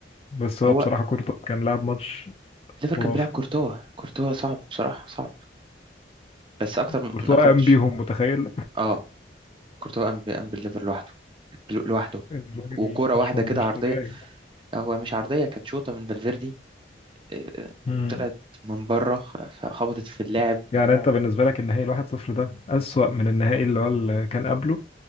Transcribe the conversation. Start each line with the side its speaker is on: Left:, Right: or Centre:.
Left: بس هو
Right: هو
Left: بصراحة كورتوا كان لاعب ماتش
Right: الليفر
Left: خرافة
Right: كان بيلعب كورتوا كورتوا صعب بصراحة صعب بس اكتر
Left: كورتوا
Right: من اكتر
Left: قام
Right: ماتش
Left: بيهم متخيل
Right: اه كورتوا قام ب- قام بالليفر لوحده لو- لوحده
Left: <laughs> الراجل
Right: وكوره
Left: مش
Right: واحده
Left: مش
Right: كده عرضيه
Left: طبيعي
Right: آه، هو مش عرضيه كانت شوطه من فالفيردي آه، آه،
Left: مم.
Right: طلعت من بره خ- خبطت في اللاعب
Left: يعني انت بالنسبة لك النهائي الواحد صفر ده أسوأ من النهائي اللي هو اللي كان قبله